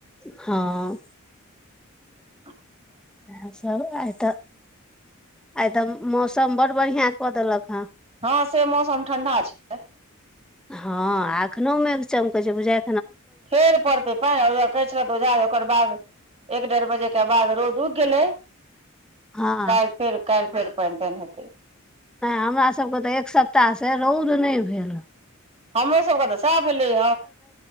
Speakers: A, in the centre; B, on the right.
A: हँ।
B: ह
A: इएहसभ आइ त, आइ त मौसम बडड बढ़ियाँ कऽ देलक हेँ।
B: हँ से मौसम ठण्डा छैय आइ।
A: हँ आ अखनो मेघ चमकै छैय बुझाइये
B: फेर पड़तै। तैने <unintelligible> कहै छलैथ ओझा ओकर बाद एक डेढ़ बजे के बाद रौद उइग गेलै
A: हँ
B: काइल फेर काइल फेर पैन तैन हेतै।
A: नै हमरासभके त एक सप्ताह से रौद नै भेलँहैं।
B: हमरो सबके त सैह भेलैये